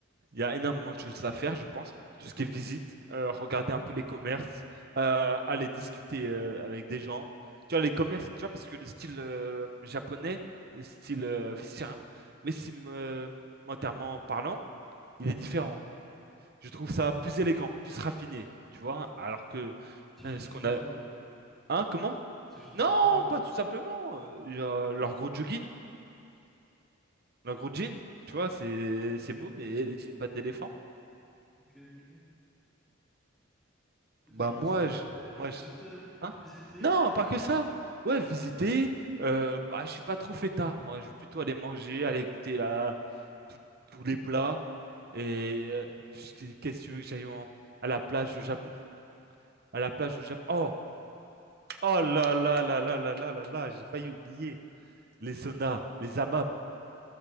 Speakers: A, on the right; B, in the centre.
A: Il y a énormément de choses à faire, je pense. Tout ce qui est visite, euh, regarder un peu les commerces, euh, aller discuter euh, avec des gens. Tu vois, les commerces, tu vois, parce que le style euh, japonais, le style euh, vestimentaire- vestimentairement parlant, il est différent. Je trouve ça plus élégant, plus raffiné, tu vois, alors que
B: juste
A: euh,
B: des
A: ce
B: kimonos,
A: qu'on a...
B: quoi.
A: Hein, comment?
B: C'est juste des
A: Non,
B: kimonos, quoi.
A: pas tout simplement. euh, genre, leur gros jogging, leur gros jean, tu vois, c'est c'est beau, les, les jeans pattes d'éléphant.
B: Ok, ok. Et
A: Bah
B: Du coup,
A: moi,
B: c'est tout ce
A: je,
B: que tu fais.
A: moi
B: C'est
A: je-
B: juste euh,
A: hein?
B: visiter,
A: Non, pas
B: c'est tout.
A: que ça. Ouais, visiter. euh, bah je suis pas trop fêtard moi. Je vais plutôt aller manger, aller goûter là tout- tous les plats. Et euh, je- qu'est-ce que tu veux que j'aille en- à la plage au Japon? À la plage au Japon. Oh, oh là là là là là là là là. J'ai failli oublier les saunas, les hammams.